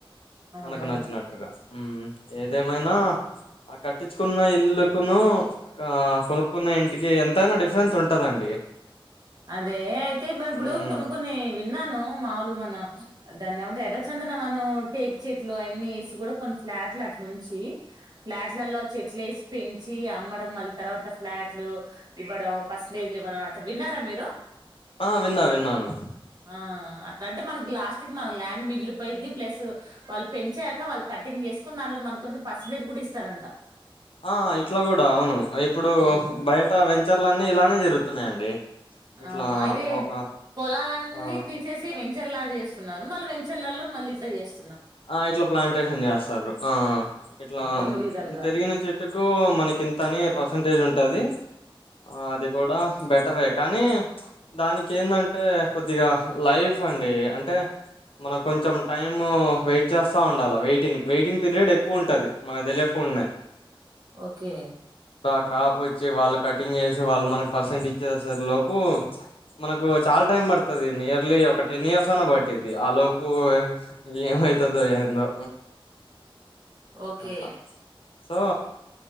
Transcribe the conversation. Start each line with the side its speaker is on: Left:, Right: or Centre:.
Right: అవునవును
Left: మనకు నచ్చినట్టుగా మ్ ఏదేమైనా ఆ కట్టించుకున్న ఇల్లుకును అక్క కొనుక్కున్న ఇంటికి ఎంతైనా డిఫరెన్స్ ఉంటదండి
Right: అదే అయితే మరి ఇప్పుడు
Left: మ్మ్
Right: కొన్ని కొన్ని విన్నాను మాములుగా మన దాన్ని ఏమంటా ఎర్రచందన మనం టేక్ చెట్లు అవన్నీ వేసి కూడా కొన్ని ఫ్లాట్లు అట్లా నుంచి ఫ్లాట్లలో చెట్లు వేసి పెంచి అమ్మడం మళ్ళీ తర్వాత ఫ్లాట్లు ఇవ్వడం పర్సంటేజ్లు ఇవ్వడం అట్ విన్నారా మీరు లో
Left: ఆ విన్నా విన్నాను
Right: ఆ అట్లా అంటే మనకి లాస్ట్కి మన ల్యాండ్ మిగిలిపోయిద్ది ప్లస్ వాళ్ళు పెంచాక వాళ్ళు కటింగ్ చేసుకోని దాంలో మనకు కొంచెం పర్సంటేజ్ కూడా ఇస్తారంట
Left: ఆ ఇట్లా కూడా అవును ఇప్పుడు
Right: ఉమ్
Left: బయట వెంచర్లు అన్ని ఇలానే జరుగుతున్నాయండి ఇట్లా
Right: అవును అయిదతే
Left: ఒక
Right: పొలాలన్నీ
Left: ఆ
Right: తీసేసి వెంచర్లా చేస్తున్నారు మళ్ళీ వెంచర్లలో మళ్ళీ ఇట్లా చేస్త
Left: ఆ ఇట్లా ప్లాంటేషన్ చేస్తారు ఆ ఇట్లా
Right: రెండు విధాలుగా
Left: పెరిగిన చెట్టు మనకి ఇంతని పర్సంటేజ్ ఉంటది ఆ అది కూడా బట్ ంటవే కానీ దానికి ఏందంటే కొద్దిగా లైఫ్ అండి అ అంటే మన కొంచెం టైము వెయిట్ చేస్తా ఉండాలా వెయిటింగ్ వెయిటింగ్ పీరియడ్ ఎక్కువ ఉంటది మనకు తెలియకుండాన్నాయి
Right: ఓకే
Left: త్రాప్ వచ్చ వల్ కటింగ్ వాళ్ళు మనకి పర్సెంట్ ఇచ్చేస లోపు మనకు చాలా టైం పడుతుంది నియర్లీ ఒక టెన్ ఇయర్స్ అన బట్టిది ఆలోపు ఏమై ఇ ఏంట
Right: ఓకే
Left: అట్లా సో